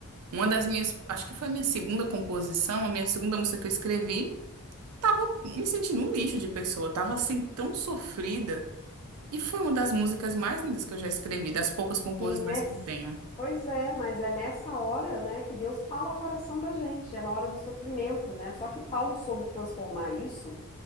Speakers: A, on the right (about 75°); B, on the left (about 25°).
A: uma das minhas. Acho que foi a minha segunda composição, a minha segunda música que eu escrevi. Eu tava me sentindo um lixo de pessoa. Eu tava assim, tão sofrida. E foi uma das músicas mais lindas que eu já escrevi, das poucas composições
B: E nesse...
A: que eu tenho.
B: Pois é, mas é nessa hora, né, que Deus fala ao coração da gente, é na hora do sofrimento, né? Só que Paulo soube transformar isso